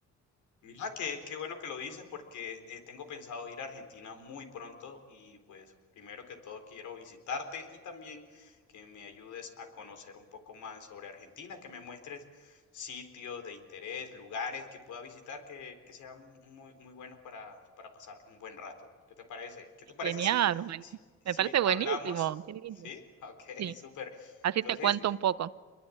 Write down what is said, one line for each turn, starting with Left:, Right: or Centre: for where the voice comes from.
Left: Mira, qué, qué bueno que lo dices porque eh, tengo pensado ir a Argentina muy pronto y pues primero que todo quiero visitarte y también que me ayudes a conocer un poco más sobre Argentina, que me muestres sitios de interés, lugares que pueda visitar que, que sean muy, muy buenos para, para pasar un buen rato. ¿Qué te parece? ¿Qué te parece
Right: Genial,
Left: si,
Right: buen-
Left: si, si
Right: me parece buenísimo,
Left: hablamos?
Right: qué lindo.
Left: ¿Sí? <laughs> Ok,
Right: Sí,
Left: súper.
Right: así
Left: Entonces,
Right: te cuento un poco